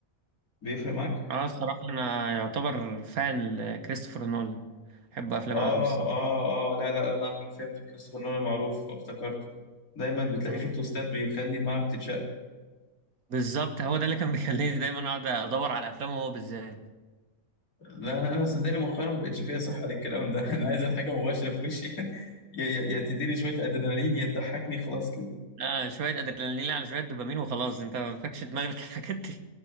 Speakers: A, on the left; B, on the right.
A: بيفرق معاك؟
B: اه الصراحة أنا يعتبر فان لكريستوفر نولان بحب أفلامه
A: آه
B: أوي الصراحة
A: آه آه لا لا أنا أنا فهمت كريستوفر نولان معروف افتكرته دايما بتلاقي
B: مم.
A: فيه توستات بيخلي دماغك تتشقلب
B: بالظبط هو ده اللي كان <laughs> بيخليني دايما أقعد أدور على أفلامه هو بالذات
A: لا أنا أنا صدقني مؤخرا ما بقتش فيها صحة للكلام ده <laughs> أنا عايز الحاجة مباشرة في وشي <laughs> يا يا يا تديني شوية أدرينالين يا تضحكني خلاص كده
B: آه شوية أدرينالين على شوية دوبامين وخلاص أنت ما فاكش دماغك الحاجات دي